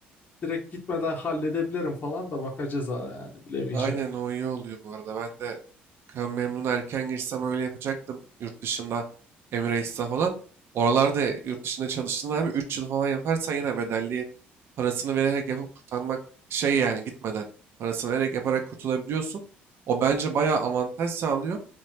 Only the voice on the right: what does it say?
Aynen o iyi oluyor bu arada. Ben de kan memnuna erken girsem öyle yapacaktım. Yurt dışında Emirates'te falan. Oralarda yurt dışında çalıştığında abi 3 yıl falan yaparsan yine bedelli parasını vererek yapıp kurtarmak şey yani gitmeden parasını vererek yaparak kurtulabiliyorsun. O bence bayağı avantaj sağlıyor.